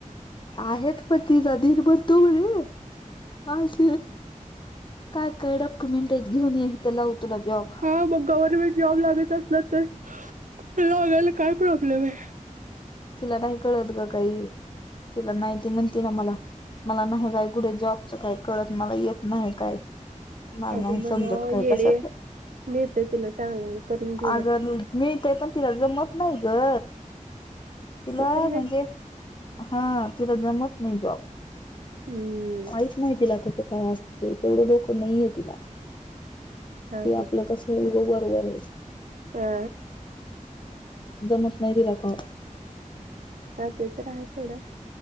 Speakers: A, on the left; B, on the right.
A: आहेत पण तिचाधीरभर तू म्हध्ये का अस काय काय डॉक्युमेंट आहेत घेऊन या इ तरं लावू तुला जॉब
B: हा मग गव्हर्मेंट जॉब लागत असलं तर लॉगायला काय प्रॉब्लेमय
A: तिला नाही कळत ग काही तिला नाहीती म्हणते ना मला मला नाही काय कुठे जॉबचं काय कळत मला येत नाही काय मला
B: अगं
A: नाही
B: म्हणावं
A: समजत काय
B: येडे
A: कशातलं
B: मिळतंय तिला चांगलं करून घेईल
A: अगर मीथ पण तिला जमत नाही ग तिला
B: ते तर
A: म्हणजे
B: आहेच
A: हा तिला जमत नाही जॉब
B: हम्म
A: माहीच नाही तिला कसं काय असते तेवढं डोकं नाहीे तिला
B: हा
A: ते आपलं कस मु
B: तर आहे.
A: गं बरोबर नाही
B: हा
A: जमत नाही तला का
B: हा ते तर आहे सोडं.